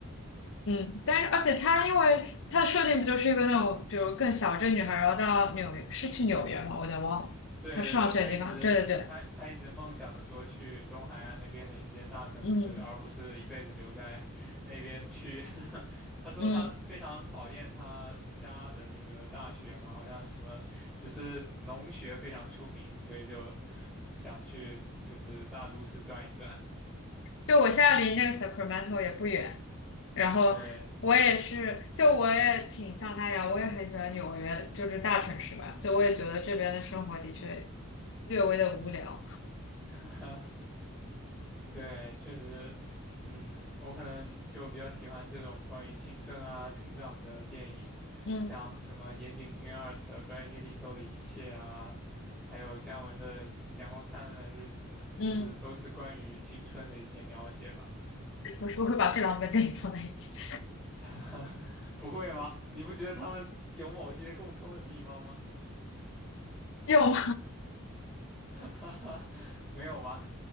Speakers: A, on the left; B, in the centre.
A: 嗯，但是而且他因为他的设定不就是一个那种，比如更小镇女孩，然后到纽约，是去纽约嘛，我有点忘了，
B: 对对对，
A: 她上学的地方。
B: 他一直他他一直梦想着说去东海岸那边的一些大城市，
A: 对对对，嗯
B: 而不是一辈子留在 <laughs> 那边去。<laughs> 他说他非常讨厌他家的那个大学嘛，
A: 嗯。
B: 好像什么只是农学非常出名，所以就想去就是大都市转一转。
A: 就我现在离那个 Sacramento 也不远，然后我也是，
B: 对，
A: 就我也挺像他一样，我也很喜欢纽约，就是大城市吧，就我也觉得这边的生活的确略微的无聊。
B: <laughs> 对，确实，嗯，我可能就比较喜欢这种关于青春啊、成长的电影，
A: 嗯
B: 像什么岩井俊二的《关于莉莉周的一切》啊，还有姜文的《阳光灿烂的日子》，
A: 嗯
B: 就是都是关于青春的一些描写吧。
A: 我是不会把这两本电影 <laughs> 放在一起，
B: <laughs> 不会吗？你不觉得他们有某些共通的地方吗？
A: <laughs> 有吗？
B: <laughs> 没有吗？